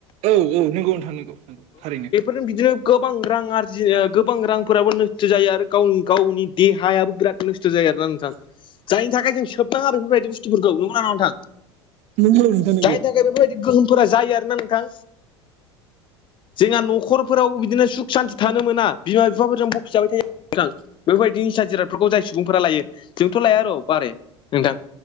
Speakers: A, on the right (about 45°); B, on the left (about 35°).
A: औ औ नंगौ नोंथां नंगौ थारैनो
B: जों बिदिनो गोबां रां आरजियो गोबां रांफोराबो नस्थ' जायो आरो गावनि गावनि देहायाबो बिराद नस्थ' जायो आरोना नोंथां
A: <inaudible>
B: जायनि थाखाय जों सोबनाङा बेफोरबायदि बुस्थुफोरखौ नंगौना नङा नोंथां
A: नंगौ नोंथां नंगौ
B: जायनि थाखाय बेफोरबायदि गोहोमफोरा जायो आरोना नोंथां जोंहा न'खरफोराव बिदिनो सुख सानथि थानो मोना बिमा बिफाफोरजोंबो बखि जाबाय थायो नोंथां बेफोरबायदि निसा जिरादफोरखौ जाय सुबुंफोरा लायो जोंथ' लाया र' बारे नोंथां